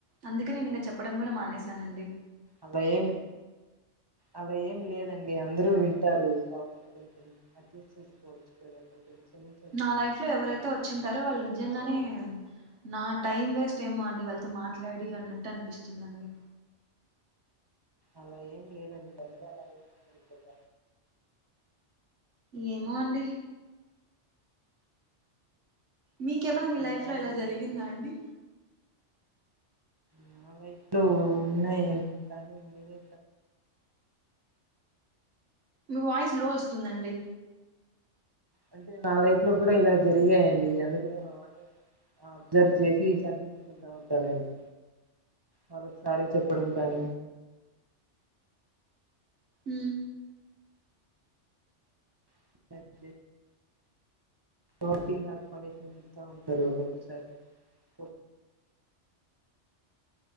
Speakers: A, on the right; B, on the right.
A: అందుకే నేను ఇంక చెప్పడం కూడా మానేశానండి
B: అలా ఏం అలా ఏం లేదండి అందరూ వింటారు షాపని కొంచెం అడ్జస్ట్ చేసుకోవచ్చు కదా కొంచెం క్షమించవచ్చు
A: నా లైఫ్ లో ఎవరైతే వచ్చింటారో వాళ్ళు
B: కదా
A: నిజంగానే
B: నా తరపున
A: నా టైం వేస్ట్ ఏమో అండి వాళ్ళు మాట్లాడి అన్నట్టు అనిపిస్తుందండి
B: అలా ఏం లేదండి అందరూ అలా ఏమిందరిపోత
A: ఏమో అండి మీకేమైనా మీ
B: అలా
A: లైఫ్ లో
B: ఏం
A: ఇలా
B: లేదండి
A: జరిగిందా అండి
B: నా వైపులో ఉన్నాయండీ కానీ నేనె
A: మీ వాయిస్ లో వస్తుందండి
B: అంటే నా లైఫ్ లో కూడా ఇలా జరిగాయండి అందుకని అవన్నీ అబ్జర్వ్ చేసి సరిదిద్దుకుంట ఉంటానండి వాళ్ళకి సారి చెప్పడం కానీ
A: మ్
B: <inaudible> కాబట్టి నాకు పనిష్మెంట్ ఇస్తా ఉంటారు ఒక్కొక్కసారి ఒక్కో